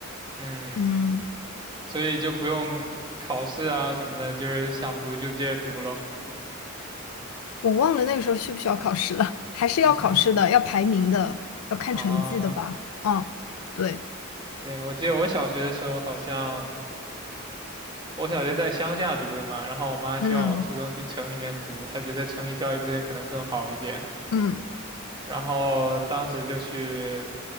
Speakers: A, on the right (about 20°); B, on the left (about 85°).
A: 嗯，
B: 嗯。
A: 所以就不用考试啊什么的，就是想读就接着读喽。
B: 我忘了那个时候需不需要考试了，还是要考试的，
A: <laughs>
B: 要排名的，要看成绩的吧？
A: 啊，
B: 嗯，对，
A: 对，我记得我小学的时候好像，我小学在乡下读的嘛，然后我妈希望我初中去城里面读，
B: 嗯
A: 她觉得城里教育资源可能更好一点，
B: 嗯
A: 然后当时就去